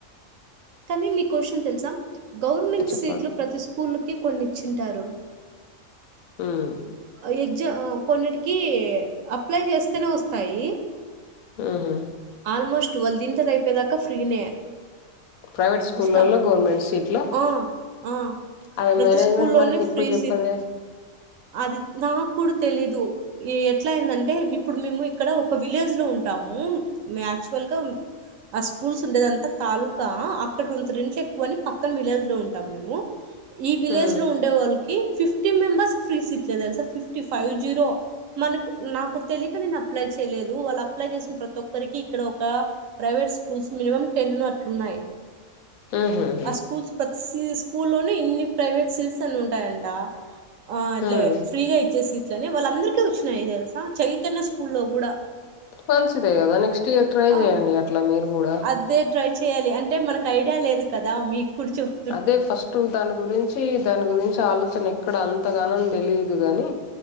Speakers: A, on the right; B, on the left.
A: కానీ మీ క్వశ్చన్ తెలుసా గవర్నమెంట్
B: చెప్పండి
A: సీట్లు ప్రతి స్కూల్కి కొన్ని ఇచ్చింటరు
B: ఉమ్
A: ఆ ఎగ్జా ఆ కొన్నిటికి అప్లై చేస్తనే వస్తాయి
B: ఉహు
A: ఆల్మోస్ట్వాళ్ళదింటర్ అయిపోదాకా ఫ్రీనే
B: ప్రైవేట్ స్కూళ్ళలో
A: జిస్తబ్
B: గవర్నమెంట్ సీట్లో
A: ఆ ఆ
B: అది
A: ప్రతి
B: మేనేజ్మెంట్
A: స్కూలోనే
B: మనకి ఎప్పుడు
A: ఫ్రీ
B: చెప్పదే
A: సిట్ అది నాకు తెలీదు ఇ ఎట్లయిందంటే ఇప్పుడు మేము ఇక్కడ ఒక విలేజ్ లో ఉంటాము మేక్చువల్గా ఆ స్కూల్స్ ఉండేదంతా తాలూకా అక్కడ రెం రెంట్లు ఎక్కువ అని పక్కన విలేజ్లో ఉంటాం మేము ఈ విలేజ్
B: మ్మ్
A: లో ఉండే వాళ్ళకి ఫిఫ్టీ మెంబర్స్ ఫ్రీ సీట్లేదు తెలు సార్ ఫిఫ్టీ ఫైవ్ జీరో మనకు నాకు తెలియక నేను అప్లై చేయలేదు వాళ్ళు అప్లై చేసిన ప్రతి ఒక్కరికి ఇక్కడ ఒక ప్రైవేట్ స్కూల్స్ మినిమం టెన్ అట్లున్నయి
B: ఉహు
A: ఆ స్కూల్స్ ప్రతి స్కూల్ల్లోనే ఇన్ని ప్రైవేట్ సిల్స్ అన్ని ఉంటయంట ఆ ఇట్లే
B: మ్మ్
A: ఫ్రీగా ఇచ్చేసి ఇట్లనే వాళ్ళ అందరికీ వచ్చినయి తెలుసా చైతన్య స్కూల్ల్లో కూడా
B: మంచిదే కదా నెక్స్ట్ ఇయర్ ట్రై
A: ఆ
B: చేయండి అట్ల మీరు కూడా
A: అదే ట్రై చేయాలి అంటే మనకు ఐడియా లేదు కదా మీకుడు చప్
B: అదే ఫస్ట్ దాని గురించి దాని గురించి ఆలోచ కనీక్కడ అంతగానం తెలీదు గానీ